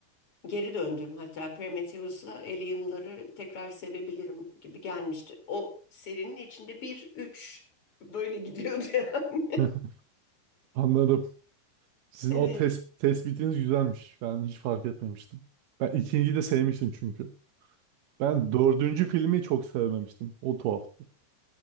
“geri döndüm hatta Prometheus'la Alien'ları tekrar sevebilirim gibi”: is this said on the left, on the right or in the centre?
Left